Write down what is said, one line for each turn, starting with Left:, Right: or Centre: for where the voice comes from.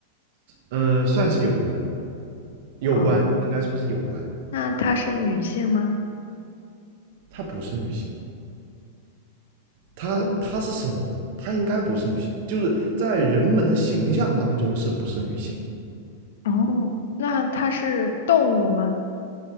Right: 嗯、呃算是有关，有关，
Left: 哦，
Right: 应该说是有关。
Left: 那他是女性吗？
Right: 她不是女性，她她是什么？
Left: 哦，
Right: 她应该不是女性，就是在人们的形象当中是不是女性？
Left: 哦，那他是动物吗？